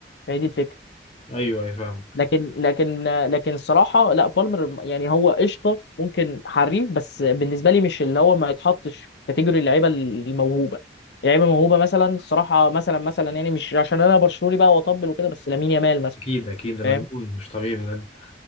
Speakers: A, on the left (about 65°); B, on the left (about 35°).
A: فهي دي الفكره
B: ايوه ايوه فاهمك
A: لكن لكن آه، لكن الصراحه لا بالمر يعني هو قشطه ممكن حريف بس بالنسبه لي مش اللي هو ما يتحطش في كاتيجوري اللعيبه الموهوبه لعيبه موهوبه مثلا الصراحه مثلا مثلا يعني مش عشان انا برشلوني بقى واطبل وكده بس لامين يامال مثلا
B: اكيد اكيد ده
A: فاهم
B: مجنون مش طبيعي بجد